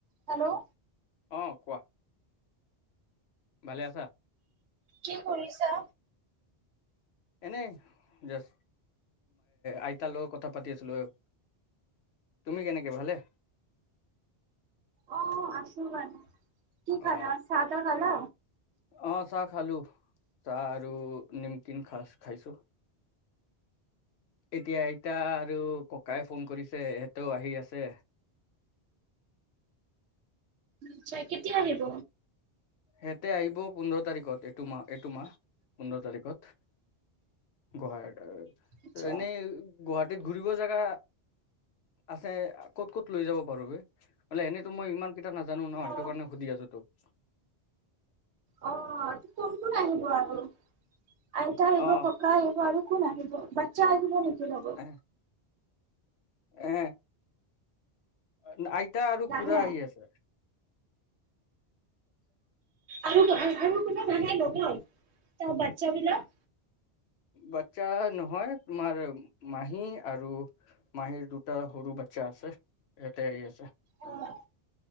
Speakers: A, on the right; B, on the left.
A: Hello
B: অ কোৱা ভালে আছা
A: কি কৰিছা
B: এনেই জাষ্ট আইতাৰ লগত কথা পাতি আছিলো এ তুমি কেনেকে ভালে
A: অ আছো বাৰু কি খালা?
B: অ
A: চাহ তাহ খালা?
B: অহ চাহ খালো চাহ আৰু নিমকিন খাষ্ট খাইছো এতিয়া আইতা আৰু ককাই ফোন কৰিছে এহেতেও আহি আছে
A: আচ্ছা কেতিয়া আহিব
B: সিহঁতে আহিব পোন্ধৰ তাৰিখত এটো মাহ এটো মাহ পোন্ধৰ তাৰিখত গোহই
A: আচ্ছা,
B: এনেই গুৱাহাটী ত ঘুৰিব জেগা আছে ক'ত ক'ত লৈ যাব পাৰো মানে এনেতো মই ইমান কেইটা নাজানো ন সেইটো
A: অ'
B: কাৰণে সুধি আছো তোক <inaudible>
A: অ কোন কোন আহিব আৰু আইতা আহিব
B: অ
A: ককা আহিব আৰু একো লাগিব বাচ্ছা আহিব নেকি লগত
B: এ এ আইক আইতা আৰু
A: নাহে।
B: খুৰা আহি আছে
A: আৰু কোনে আৰু কোনো নাহে নলয় তাৰ বাচ্ছা বিলাক
B: বাচ্ছা নহয় তোমাৰ মাহী আৰু মাহীৰ দুটা সৰু বাচ্ছা আছে ইয়াতে আহি আছে
A: অ'